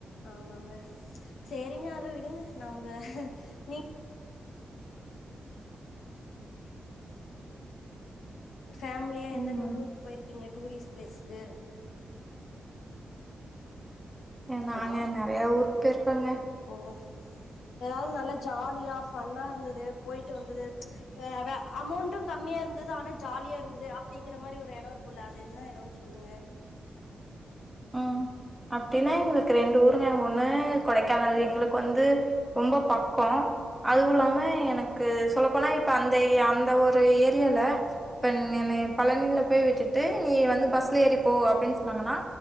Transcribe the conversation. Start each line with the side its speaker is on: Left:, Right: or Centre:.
Left: ஆமாங்க சேரிங்க அத விடுங்க நம்ப நீ ஃபேமிலியா எந்த
Centre: ம்
Left: எந்த ஊருக்கு போய்ருக்கீங்க டூரிஸ்ட் பிளேஸ்க்கு
Centre: எ நாங்க
Left: ஹலோ
Centre: நறையா ஊருக்கு போய்ருக்கோங்க
Left: ஓ ஒஸ் எதாவது நல்லா ஜாலியா ஃபன்னா இருந்தது போய்ட்டு வந்தது அ வே அமௌண்டும் கம்மியா இருந்தது ஆனா ஜாலியா இருந்தது அப்டிங்கிற மாரி ஒரு இடம் இருக்குல்ல அது என்ன இடம்ன்னு சொல்லுங்க
Centre: ம் அப்டின்னா எங்களுக்கு ரெண்டு ஊருங்க ஒண்ணு கொடைக்கானல் எங்களுக்கு வந்து ரொம்ப பக்கோம் அதுவும்
Left: ம்
Centre: இல்லாம எனக் கு சொல்ல போனா இப்ப அந்த ஏ அந்த ஒரு ஏரியால இப்ப என் என்னைய கொழந்தைகள போய் விட்டுட்டு நீ வந்து பஸ்ல ஏறிப்போ அப்டின்னு சொன்னாங்கன்னா